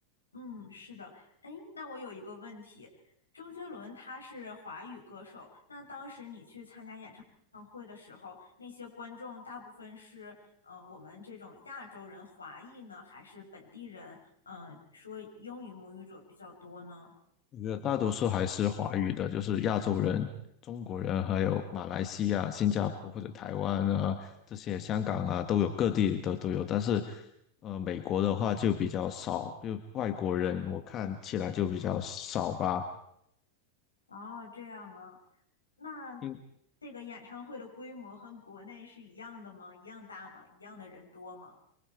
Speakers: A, on the left; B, on the left.
A: 嗯，是的。哎，那我有一个问题，周杰伦他是华语歌手，那当时你去参加演唱会的时候，那些观众大部分是呃我们这种亚洲人、华裔呢，还是本地人？嗯、说英语母语者比较多呢？
B: 我觉得大多数还是华语的，就是亚洲人、中国人，还有马来西亚、新加坡或者台湾啊这些，香港啊都有，各地都都有，但是。呃，美国的话就比较少，就外国人我看起来就比较少吧。
A: 哦，这样啊，那
B: 因
A: 这个演唱会的规模和国内是一样的吗？一样大吗？一样的人多吗？